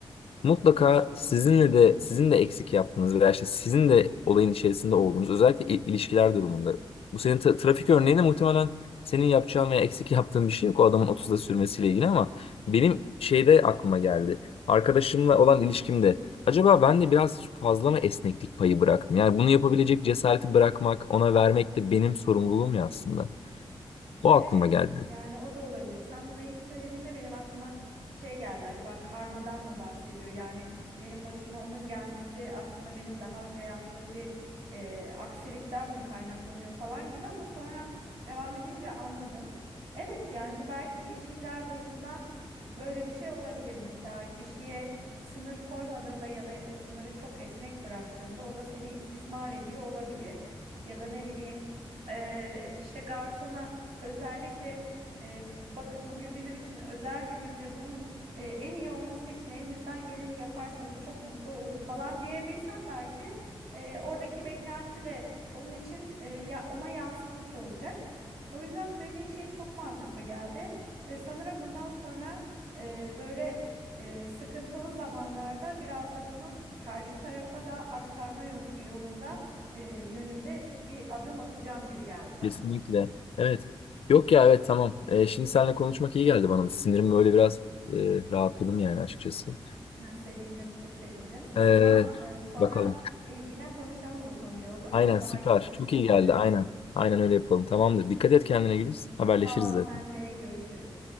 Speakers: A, on the left; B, on the right.
A: Mutlaka sizinle de sizin de eksik yaptığınız veya işte sizin de olayın içerisinde olduğunuz özellikle il- ilişkiler durumunda. Bu senin tra- trafik örneğinde muhtemelen senin yapacağın veya eksik yaptığın bir şey yok o adamın 30'da sürmesiyle ilgili ama benim şeyde aklıma geldi. Arkadaşımla olan ilişkimde acaba ben de biraz fazla mı esneklik payı bıraktım? Yani bunu yapabilecek cesareti bırakmak, ona vermek de benim sorumluluğum ya aslında. O aklıma
B: Evet,
A: geldi.
B: yani o da olabilir. Sen buna ilk söylediğinde benim aklıma şey geldi. Acaba karmadan mı bahsediyor? Yani benim başıma onun gelmesi aslında benim daha önce yaptığım bir e, aksilikten mi kaynaklanıyor falan gibi ama sonra devam edince anladım. Evet, yani bu belki ilişkiler bazında böyle bir şey olabilir. Mesela kişiye sınır koymadığında ya da o sınırı çok esnek bıraktığında o da seni istismar ediyor olabilir. Ya da ne bileyim e, işte garsona Özellikle e, bakın bugün bizim için özel bir gün ve bunun e, en iyi olması için elinizden geleni yaparsanız çok mutlu olurum falan diyebilsem belki e, oradaki beklenti de onun için e, ya, ona yansımış olacak. O yüzden söylediğin şey çok mantıklı geldi ve sanırım bundan sonra e, böyle e, sıkıntılı zamanlarda biraz da bunu karşı tarafa da aktarma yön- yolunda e, yönünde bir adım atacağım gibi geldi bana.
A: Kesinlikle. Evet. Yok ya evet tamam. Ee, şimdi seninle konuşmak iyi geldi bana. da. Sinirim böyle biraz e, rahatladım yani açıkçası.
B: Ya, sevindim, çok sevindim. O
A: Ee,
B: zaman e, sonra
A: bakalım.
B: e, yine konuşalım bu konuyu olur mu?
A: Aynen
B: Daha
A: süper.
B: geniş
A: Çok
B: bir şekilde.
A: iyi geldi. Aynen. Aynen öyle yapalım. Tamamdır. Dikkat et kendine Güliz. Haberleşiriz
B: Sağ ol,
A: zaten.
B: sen de görüşürüz.